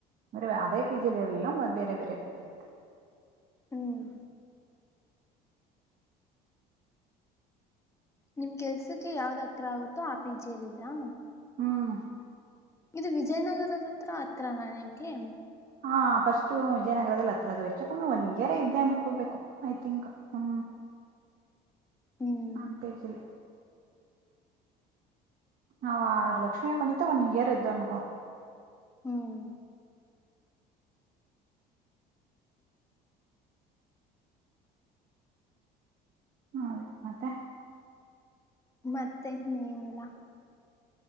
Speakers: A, on the right (about 55°); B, on the left (about 15°).
A: ಮ ಅದೇ ಪೇಜಲ್ಲಿ ಇರಲ್ಲ ಬೇರೆ ಬೇರೆ ಪೇಜಲ್ಲಿ ಇದ್ದೆ.
B: ಹ್ಮ್. ನಿಮ್ ಕೆಲ್ಸಕ್ಕೆ ಯಾವ್ದ್ ಹತ್ರ ಆಗುತ್ತೋ ಆ ಪಿ ಜಿಯಲ್ಲ ಇದ್ರಾ.
A: ಹ್ಮ.
B: ಇದು ವಿಜಯನಗರದತ್ರ ಹತ್ರನಾ ನಿಮ್ಗೆ.
A: ಹಾ ಫಸ್ಟು ವಿಜಯನಗರದಲ್ಲಿ ಹತ್ರದು ವೆಚ್ಚಕ್ಕಮ್ಮೆ ಒನ್ ಇಯರೇ ಇದ್ದೆ ಅನ್ಕೊಬೇಕು ಐ ತಿಂಕ್ ಹ್ಮ್.
B: ಹ್ಮ್
A: ನನ್ ಪೇಜಿಲ್ಲ. ನ ಲಕ್ಷ್ಮಿ ಅಕ್ಕನ ಜೊತೆಗ ಒನ್ ಇಯರ್ ಇದ್ದು ಅನ್ಕೋ.
B: ಹ್ಮ್.
A: <inaudible>
B: ಮತ್ತೆ ನೀ ಏನಿಲ್ಲ.